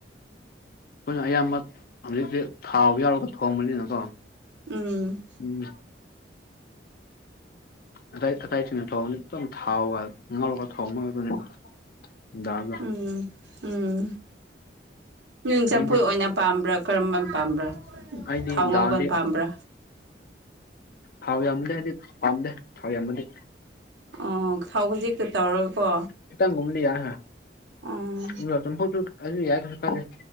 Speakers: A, on the left (about 55°); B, on the right (about 75°).
A: ꯑꯩꯈꯣꯏꯅ ꯑꯌꯥꯝꯕ ꯍꯧꯖꯤꯛꯇꯤ ꯊꯥꯎ ꯌꯥꯎꯔꯒ ꯊꯣꯡꯕꯅꯤꯅꯀꯣ
B: ꯎꯝ
A: ꯎꯝ ꯑꯗꯥꯏ ꯑꯗꯥꯏ ꯊꯨꯅ ꯋꯣꯡꯒꯗꯤ ꯈꯤꯇꯪ ꯊꯥꯎꯒ ꯉꯥꯎꯔꯒ ꯊꯣꯡꯕꯅꯤ ꯑꯩꯈꯣꯏꯗꯤ ꯅꯨꯡꯗꯥꯡ
B: ꯎꯝ ꯎꯝ ꯅ ꯆꯝꯐꯨ
A: ꯑꯩꯗꯤ
B: ꯑꯣꯏꯅ ꯄꯥꯝꯕ꯭ꯔꯥ ꯀꯔꯝꯕ ꯄꯥꯝꯕ꯭ꯔꯥ
A: ꯑꯩꯗꯤ
B: ꯊꯥꯎ ꯉꯧꯕ
A: ꯗꯥꯜꯗꯤ
B: ꯄꯥꯝꯕ꯭ꯔꯥ
A: ꯊꯥꯎ ꯌꯥꯝ ꯂꯦꯑꯗꯤ ꯄꯥꯝꯗꯦ ꯊꯥꯎ ꯌꯥꯝꯃꯗꯤ
B: ꯑꯣ ꯊꯥꯎ ꯈꯖꯤꯛꯇ ꯇꯧꯔꯒꯀꯣ
A: ꯏꯈꯤꯇꯪꯒꯨꯝꯗꯤ ꯌꯥꯏꯍꯦ
B: ꯑꯣ
A: ꯑꯗꯣ ꯆꯝꯐꯨꯠꯁꯨ ꯑꯗꯨ ꯌꯥꯏ ꯀꯩꯁꯨ ꯀꯥꯏꯗꯦ